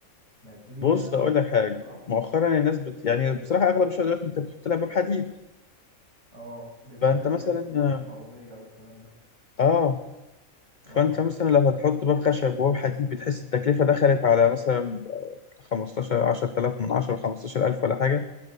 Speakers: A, on the right (about 55°); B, on the left (about 50°).
A: متينة
B: بص أقول لك حاجة
A: صح
B: مؤخرا الناس بت... يعني بصراحة أغلب الشغلات دلوقتي انت بتحط لها باب حديد
A: اه بالذات
B: فانت
A: اللي
B: مثلا
A: هي الادوار الارضية والكلام ده
B: اه فانت
A: اه ماشي
B: مثلا لو هتحط باب خشب وباب حديد بتحس التكلفه دخلت على مثلا 15 10000 من 10 15000 ولا حاجه